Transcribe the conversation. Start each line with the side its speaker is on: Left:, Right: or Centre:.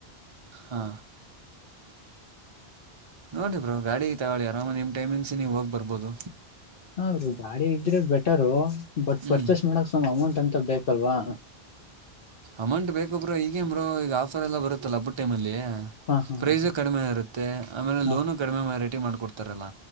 Right: ಹಾ ನೋಡಿ ಬ್ರೋ ಗಾಡಿ ತಗೊಳ್ಳಿ ಆರಾಮ ನಿಮ್ ಟೈಮಿಂಗ್ಸ ನೀವು ಹೋಗ್ ಬರ್ಬೋದು
Left: ಹರು ಗಾಡಿ ಇದ್ರೆ ಬೆಟರು ಬಟ್
Right: ಹ್ಞೂ
Left: ಪರ್ಚೇಸ್ ಮಾಡಕ್ ಅಮೌಂಟ್ ಅಂತ ಬೇಕ ಪಲ್ವಾ
Right: ಅಮೌಂಟ್ ಬೇಕೊಬ್ರ ಈಗೇಂಬ್ರ ಈಗ ಆಫರ್ ಎಲ್ಲ ಬರುತ್ತಲ್ಲ ಬಬ್ ಟೈಮ್ ಅಲ್ಲಿ
Left: ಹಾ ಹಾ
Right: ಪ್ರೈಸ್
Left: ಹಾ
Right: ಕಡಿಮೆ ಇರುತ್ತೆ ಆಮೇಲೆ
Left: ಹಾ
Right: ಲೋನು ಕಡಿಮೆ ಮ ರೈಟಿ ಮಾಡ್ಕೊಡ್ತಾರಲ್ಲ